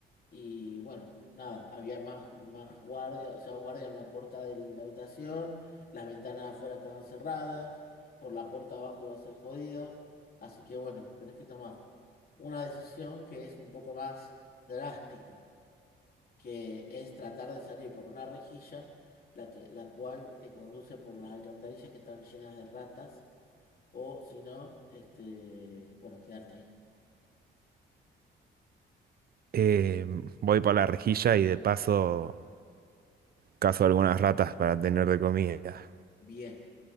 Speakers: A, on the left (about 50°); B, on the right (about 50°).
A: y bueno, nada, había más, más guardia, o sea, un guardia en la puerta de la habitación, las ventanas afuera estaban cerradas, por la puerta abajo iba a ser jodido, así que bueno, tenés que tomar una decisión que es un poco más drástica que es tratar de salir por una rejilla, la que, la cual te conduce por las alcantarillas que están llenas de ratas, o si no, este, bueno, quedarte ahí.
B: Eh, voy para la rejilla y de paso cazo algunas ratas para tener de comida.
A: Bien.